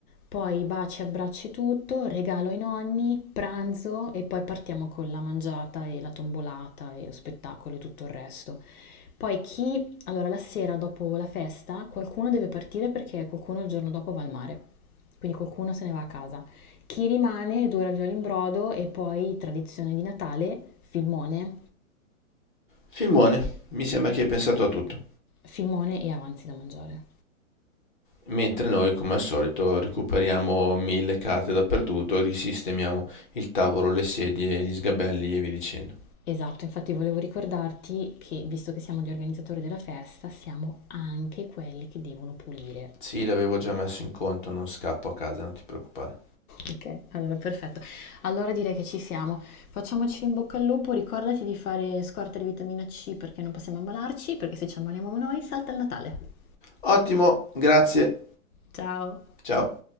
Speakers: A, on the left; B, on the left.
A: Poi baci, abbracci e tutto, regalo ai nonni, pranzo e poi partiamo con la mangiata e la tombolata e lo spettacolo e tutto il resto. Poi chi, allora la sera dopo la festa, qualcuno deve partire perché qualcuno il giorno dopo va al mare, quindi qualcuno se ne va a casa. Chi rimane, due ravioli in brodo e poi tradizione di Natale, filmone,
B: filmone, mi sembra che hai pensato a tutto.
A: filmone e avanzi da mangiare.
B: Mentre noi, come al solito, recuperiamo mille carte dappertutto, risistemiamo il tavolo, le sedie, gli sgabelli e via dicendo.
A: Esatto, infatti volevo ricordarti che, visto che siamo gli organizzatori della festa, siamo anche quelli che devono pulire.
B: Sì, l'avevo già messo in conto, non scappo a casa, non ti preoccupare.
A: Ok, allora perfetto. Allora direi che ci siamo. Facciamoci in bocca al lupo, ricordati di fare scorta di vitamina C perché non possiamo ammalarci, perché se ci ammaliamo noi salta il Natale.
B: Ottimo, grazie.
A: Ciao!
B: Ciao.